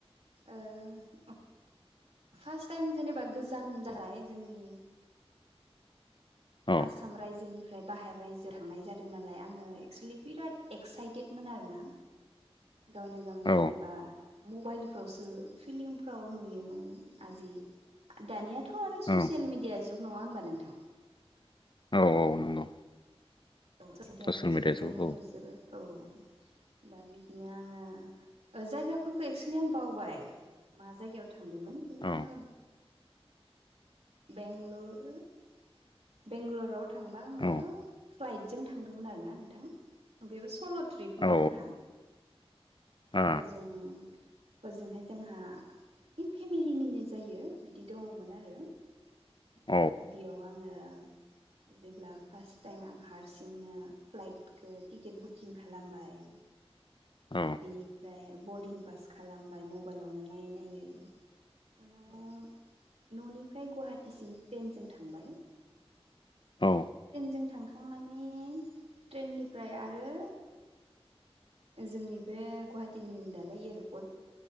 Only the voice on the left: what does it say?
औ
औ
औ
औ औ नंगौ
ससियेल
मिडिया जुग औ
औ
औ
औ
आ
औ
औ
औ